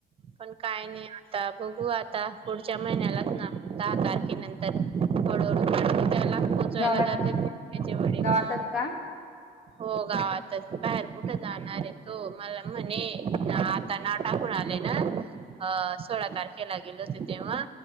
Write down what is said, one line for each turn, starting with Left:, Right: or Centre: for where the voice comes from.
Right: पण काय नाही अजून बघू आता पुढच्या महिन्यालाच ना दहा तारखे नंतर हळू हळु त्याला पोचावायला
Left: गावाला
Right: जाते त्याचे वडील
Left: गावातच
Right: हा
Left: का
Right: हो गावातच बाहेर कुठे जाणार आहे तो मला म्हणे ना आता नाव टाकू आले ना अ सोळा तारखे ला गेलो होत तेव्हा